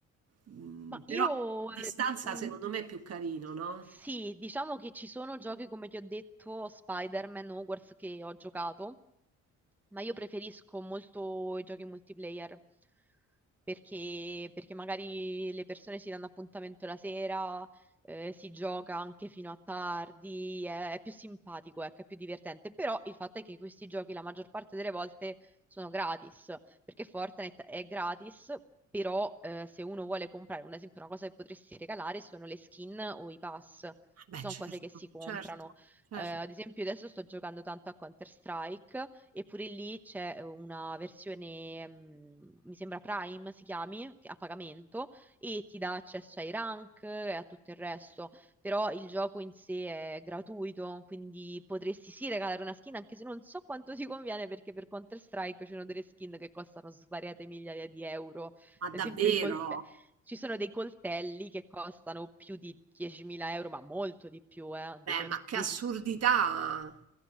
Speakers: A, on the right (about 55°); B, in the centre.
A: mm,
B: Ma
A: però
B: io
A: a distanza
B: eh, mh,
A: secondo me è più carino, no?
B: sì, diciamo che ci sono giochi come ti ho detto, Spider-Man, Hogwarts che ho giocato ma io preferisco molto i giochi multiplayer perché, perché magari le persone si danno appuntamento la sera, eh, si gioca anche fino a tardi, è, è più simpatico, ecco, è più divertente. Però il fatto è che questi giochi la maggior parte delle volte sono gratis, perché Fortnite è gratis. Però eh, se uno vuole comprare, un esempio, una cosa che potresti regalare sono le skin o i pass,
A: Beh,
B: sono
A: certo,
B: cose che si comprano.
A: certo, certo.
B: Eh, ad esempio, adesso sto giocando tanto a Counter-Strike, e pure lì c'è una versione, mh, mi sembra Prime si chiami, che- a pagamento, e ti dà accesso ai rank e a tutto il resto. Però il gioco in sé è gratuito, quindi potresti sì regalare una skin, anche se non so quanto ti conviene, perché per Counter-Strike ci sono delle skin che costano svariate migliaia di euro. Ad
A: Ma davvero?
B: esempio, i coltelli ci sono dei coltelli che costano più di 10.000 euro, ma molto di più, eh, dei,
A: Beh,
B: con-
A: ma che
B: dei-
A: assurdità!